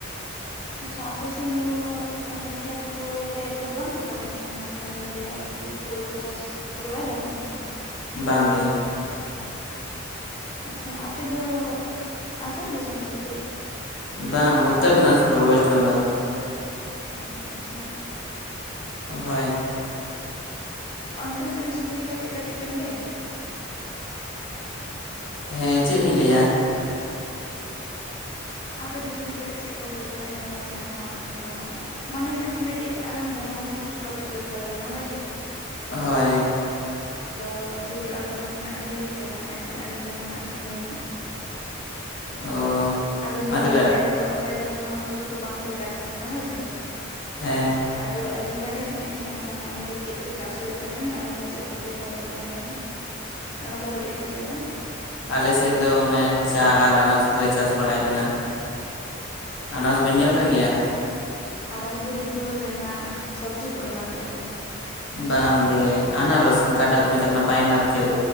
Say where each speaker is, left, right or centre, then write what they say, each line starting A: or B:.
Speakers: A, on the left; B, on the left.
A: ᱟᱪᱪᱷᱟ ᱟᱯᱮ ᱥᱮᱱ ᱫᱚ ᱠᱷᱮᱛ ᱠᱚᱨᱮ ᱫᱚ ᱵᱟᱝᱠᱚ ᱠᱟᱹᱢᱤ ᱛᱟᱦᱮᱱᱟ ᱡᱟᱦᱟᱸᱞᱤᱧ ᱞᱟᱹᱭᱟ ᱠᱤ ᱦᱩᱲᱩ ᱠᱚ ᱪᱟᱥ ᱠᱚᱫᱚ ᱵᱟᱭ ᱜᱟᱱᱚᱜᱼᱟ
B: ᱵᱟᱝ ᱜᱮ
A: ᱟᱪᱪᱷᱟ ᱟᱯᱮᱫᱚ ᱟᱥᱟᱢ ᱫᱤᱥᱚᱢ ᱥᱮ ᱪᱮᱫ
B: ᱵᱟᱝ ᱩᱛᱛᱚᱨ ᱫᱤᱱᱟᱡᱽᱯᱩᱨ ᱳᱭᱮᱥᱴ ᱵᱮᱝᱜᱚᱞ
A: ᱚᱻ ᱟᱪᱪᱷᱟ
B: ᱦᱳᱭ
A: ᱚᱱᱛᱮᱱᱟᱜ ᱫᱤᱥᱚᱢ ᱤᱫᱤ ᱠᱟᱛᱮᱫ ᱠᱟᱹᱴᱤᱡ ᱵᱮᱱ ᱞᱟᱹᱭᱟ
B: ᱦᱮᱸ ᱪᱮᱫ ᱞᱤᱧ ᱞᱟᱭᱼᱟ
A: ᱟᱯᱮ ᱫᱤᱥᱚᱢ ᱥᱮᱫ ᱪᱮᱫ ᱠᱚ ᱦᱩᱭᱩᱜ ᱛᱟᱦᱮᱸᱫ ᱡᱟᱦᱟᱱᱟᱜ ᱚᱱᱠᱟ ᱢᱟᱱᱮ ᱢᱤᱫᱴᱮᱡ ᱟᱞᱟᱝ ᱵᱟᱱᱟ ᱦᱚᱲ ᱛᱮ ᱢᱤᱫᱴᱮᱡ ᱴᱚᱯᱤᱠ ᱫᱚᱨᱠᱟᱨᱟ ᱞᱟᱝ-ᱟ ᱦᱳᱭ ᱥᱮ
B: ᱦᱳᱭ
A: ᱛᱚ ᱡᱩᱫᱤ ᱟᱵᱮᱱ ᱚᱱᱛᱮᱱᱟᱜ ᱵᱮᱱ ᱞᱟᱹᱭ ᱠᱮᱭᱟ ᱮᱱᱠᱷᱟᱱ ᱟᱹᱞᱤᱧ ᱱᱚᱛᱮᱱᱟᱜ ᱞᱤᱧ ᱞᱟᱹᱭᱟ ᱦᱟᱸᱜ
B: ᱚ
A: ᱟᱵᱤᱱ
B: ᱢᱟ
A: ᱵᱤᱱ
B: ᱛᱚᱵᱮ
A: ᱞᱟᱹᱭ ᱠᱮᱜᱼᱟ ᱱᱤᱛᱚᱜ ᱚᱱᱛᱮ ᱫᱚ ᱱᱟᱦᱟᱜ ᱦᱩᱲᱩ ᱠᱚ ᱵᱟᱝᱯᱮ ᱪᱟᱥ ᱛᱟᱦᱮᱱᱟ ᱦᱳᱭᱥᱮ
B: ᱦᱮᱸ
A: ᱟᱫᱚ ᱟᱹᱞᱤᱧ ᱵᱟᱰᱟᱭ ᱥᱟᱱᱟᱭᱮᱫ ᱞᱤᱧᱟᱹ ᱦᱟᱸᱜ ᱢᱟᱱᱮ ᱚᱱᱛᱮ ᱪᱮᱫ ᱠᱚ ᱪᱟᱥ ᱦᱩᱭᱩᱜ ᱛᱟᱦᱮᱱ ᱟᱨ ᱚᱱᱠᱟ ᱪᱮᱫ ᱠᱚᱯᱮ ᱠᱟᱹᱢᱤ ᱵᱟᱲᱟᱭ ᱛᱟᱦᱮᱱ ᱚᱱᱟ ᱠᱚ ᱠᱟᱹᱴᱤᱡ ᱵᱮᱱ ᱞᱟᱹᱭᱟ
B: ᱟᱞᱮᱥᱮᱫ ᱫᱚ ᱚᱱᱮ ᱪᱟ ᱟᱨ ᱟᱱᱟᱪ ᱜᱮᱞᱮ ᱪᱟᱥ ᱵᱟᱲᱟᱭᱮᱫ ᱠᱟᱱᱟ ᱟᱱᱟᱪ ᱵᱮᱱ ᱧᱮᱞ ᱠᱟᱜ ᱜᱮᱭᱟ
A: ᱟᱱᱟᱡᱽ ᱵᱚᱞᱮ ᱛᱚ ᱡᱟᱦᱟᱱᱟᱜ ᱥᱚᱵᱽᱡᱤ ᱠᱚ ᱮᱢᱟᱱ ᱛᱮᱭᱟᱜ ᱠᱚ
B: ᱵᱟᱝᱜᱮ ᱟᱱᱟᱨᱚᱥ ᱡᱟᱸᱦᱟᱴᱟᱜ ᱠᱚ ᱢᱮᱛᱟᱜ ᱠᱟᱱᱟ ᱯᱟᱭᱱᱟᱯᱮᱞ